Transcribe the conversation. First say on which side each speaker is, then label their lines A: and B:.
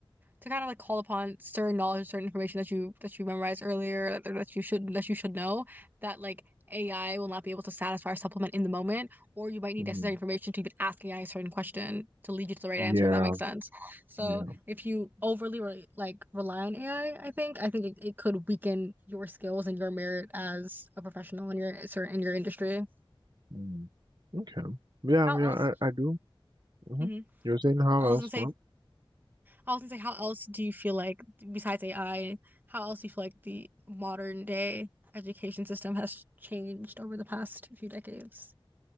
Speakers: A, on the right; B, on the right.
A: to kind of like call upon certain knowledge, certain information that you that you memorized earlier, that, that you should that you should know, that like AI will not be able to satisfy or supplement in the moment, or you might need
B: hmm
A: necessary information to even ask AI a certain question to lead you to the right
B: Yeah,
A: answer, if that makes sense. So
B: yeah.
A: if you overly re like rely on AI, I I think I think it, it could weaken your skills and your merit as a professional in your certain in your industry.
B: mm, Okay. Yeah,
A: How else?
B: yeah, I, I do. hmm
A: Mhm.
B: You're saying how
A: I
B: else?
A: was gonna say
B: Well,
A: I was gonna say, how else do you feel like, besides AI, how else do you feel like the modern day education system has changed over the past few decades?